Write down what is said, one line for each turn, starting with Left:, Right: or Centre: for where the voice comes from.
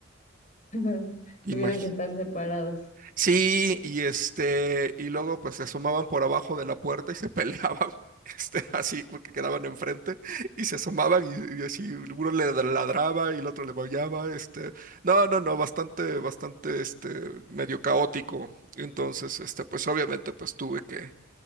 Left: <laughs>
Right: Imagínate.
Left: Tuvieron que estar separados.
Right: Sí, y este, y luego pues se asomaban por abajo de la puerta y se peleaban, <laughs> este, así, porque quedaban enfrente, y se asomaban y, y así, uno le ladraba y el otro le maullaba, este, no, no, no, bastante, bastante, este, medio caótico. Entonces, este, pues obviamente pues tuve que,